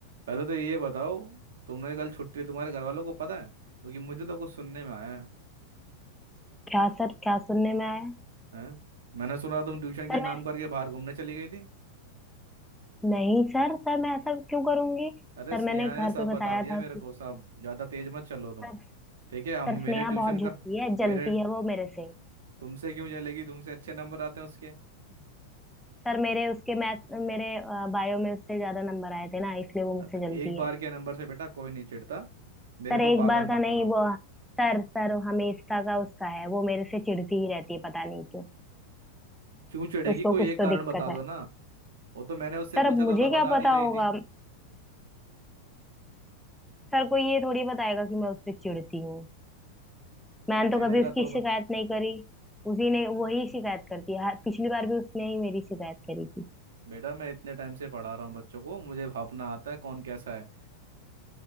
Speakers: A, on the right (about 60°); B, in the centre.
A: पहले तो ये बताओ तुमने कल छुट्टी तुम्हारे घर वालों को पता है क्योंकि मुझे तो कुछ सुनने में आया है
B: क्या सर क्या सुनने में आया
A: हैं? मैंने सुना तुम ट्यूशन के
B: सर
A: नाम
B: मैं
A: करके बाहर घूमने चली गई थी
B: नहीं सर सर मैं ऐसा क्यों करूंगी
A: अरे
B: सर
A: स्नेहा
B: मैंने घर
A: ने सब
B: पे
A: बता
B: बताया
A: दिया
B: था
A: मेरे
B: कि
A: को सब ज्यादा तेज मत चलो तुम
B: सर
A: ठीक
B: सर
A: है हम
B: स्नेहा
A: मेरे ट्यूशन
B: बहुत झूठी
A: का
B: है जलती
A: मेरे
B: है वो मेरे से
A: तुमसे क्यों जलेगी तुमसे अच्छे नंबर आते हैं उसके
B: सर मेरे उसके मैथ मेरे बायो में उससे ज्यादा नंबर आए थे ना इसलिए वो
A: हाँ,
B: मुझसे
A: तो
B: जलती
A: एक बार
B: है
A: के नंबर से बेटा कोई नहीं चिढ़ता मेरे
B: सर
A: को
B: एक
A: पागल
B: बार
A: मत
B: का नहीं
A: बनाओ
B: वो सर सर हमेशा का उसका है वो मेरे से चिढ़ती ही रहती है पता नहीं क्यों
A: क्यों चिढ़ेगी
B: उसको
A: कोई
B: कुछ
A: एक
B: तो
A: कारण
B: दिक्कत
A: बता
B: है
A: दो ना वो तो मैंने उससे
B: सर
A: पूछा
B: अब
A: था
B: मुझे
A: वो तो बता
B: क्या पता
A: नहीं रही
B: होगा
A: थी
B: सर को ये थोड़ी बताएगा कि मैं उससे चिढ़ती हूँ मैंने
A: तो चिढ़ेगा
B: तो कभी उसकी
A: तो ब-
B: शिकायत नहीं करी उसी ने वही शिकायत करती है हर- पिछली बार भी उसने ही मेरी शिकायत करी थी
A: बेटा मैं इतने टाइम से पढ़ा रहा हूँ बच्चों को मुझे भापना आता है कौन कैसा है